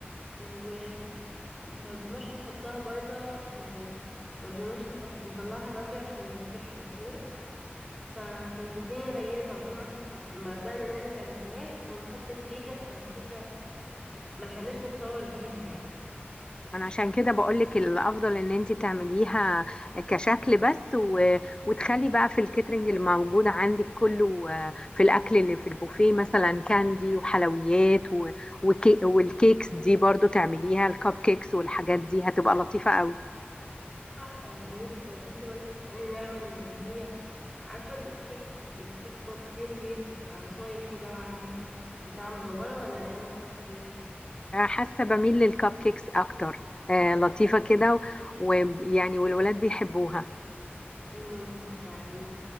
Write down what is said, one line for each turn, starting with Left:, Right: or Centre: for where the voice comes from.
Centre: ومرضناش نحطها برا يعني مرضناش نحط نطلعها بدري عشان ما تسحش وكده فكانت الدنيا ليلت عقبال ما احنا حط... ما بدأنا نعمل عيد ميلاد ونحط الكيكة فالكيكة ما لحقناش نتصور بيها يعني
Left: ما انا عشان كده بقولك الافضل ان انت تعمليها كشكل بس و... وتخلي بقى في الكيترينج اللي موجود عندك كله آه، في الاكل اللي في البوفيه مثلا كاندي وحلويات و... وكي... والكيكس دي برضو تعمليها الكب كيكس والحاجات دي هتبقى لطيفة قوي
Centre: صح يعني لسه كانت اختي برضو بتسألني نعمل اللي هي عارفة الكيك الكيك بوب دي اللي هي بتبقى عصاية كده وعليها بتاع مدورة ولا نعمل كب كيك
Left: آه، حاسه بميل للكب كيكس اكتر آه، لطيفه كده و- ويعني والولاد بيحبوها
Centre: ممكن فعلا